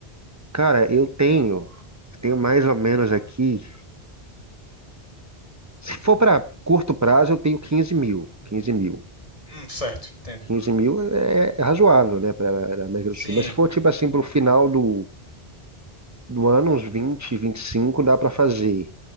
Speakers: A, on the right (about 20°); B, on the left (about 35°).
A: cara, eu tenho, eu tenho mais ou menos aqui. Se for pra curto prazo, eu tenho quinze mil, quinze mil.
B: Hum, certo, entendo.
A: quinze mil é, é razoável, né, para a América do
B: Sim,
A: Sul. Mas se for, tipo assim, para o final do, do ano, uns vinte vinte e cinco dá para fazer.